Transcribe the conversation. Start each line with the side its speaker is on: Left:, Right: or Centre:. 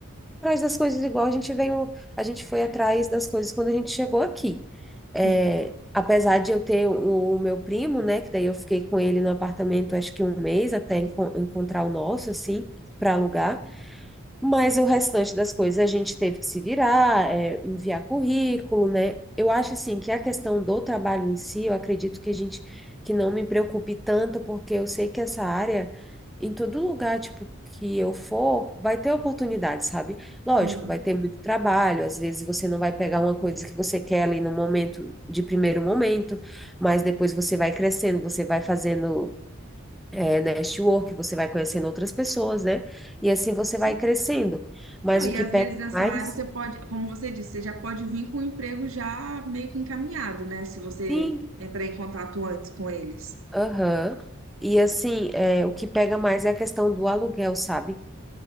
Centre: atrás das coisas igual a gente veio, a gente foi atrás das coisas quando a gente chegou aqui. É,
Right: Sim,
Centre: apesar de eu ter o, o meu primo, né, que daí eu fiquei com ele no apartamento acho que um mês até enco- encontrar o nosso, assim, para alugar. Mas o restante das coisas a gente teve que se virar, é, enviar currículo, né? Eu acho assim que a questão do trabalho em si, eu acredito que a gente que não me preocupe tanto, porque eu sei que essa área, em todo lugar, tipo, que eu for, vai ter oportunidade, sabe? Lógico,
Right: sim,
Centre: vai ter muito trabalho, às vezes você não vai pegar uma coisa que você quer ali no momento, de primeiro momento, mas depois você vai crescendo, você vai fazendo é, network, você vai conhecendo outras pessoas, né? E assim você
Right: com certeza.
Centre: vai crescendo. Mas
Right: Não, e
Centre: o que
Right: às
Centre: pega
Right: vezes nessa
Centre: mais,
Right: área você pode, como você disse, você já pode vir com o emprego já meio que encaminhado, né? Se você
Centre: sim,
Right: entrar em contato antes com eles.
Centre: aham. E assim, é, o que pega mais é a questão do aluguel, sabe?